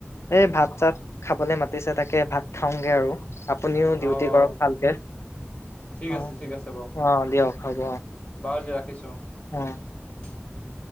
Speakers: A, on the left; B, on the left.
A: এই ভাত চাত খাবলে মাতিছে তাকে ভাত খাওঁগে আৰু। আপুনিও ডিউটি
B: অ',
A: কৰক ভালকে।
B: ঠিক
A: অ
B: আছে ঠিক আছে বাৰ,
A: অ দিয়ক হ'ব
B: বাৰু ৰাখিছো। উম,
A: অ
B: উম।